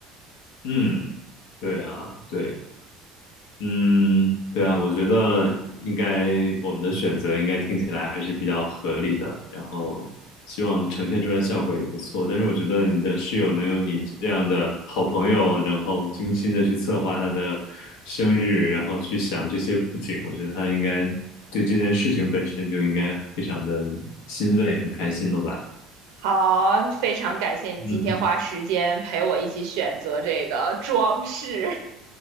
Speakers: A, on the left (about 75°); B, on the right (about 85°).
A: 嗯，对啊，对。嗯，对啊，我觉得应该我们的选择应该听起来还是比较合理的，然后希望呈现出来效果也不错。但是我觉得你的室友能有你这样的好朋友，然后精心的去策划他的生日，然后去想这些布景，我觉得他应该对这件事情本身就应该非常的欣慰，很开心了吧？
B: 好，非常感谢你今天花时间陪我一起选择这个装饰，
A: <laughs> 嗯哼，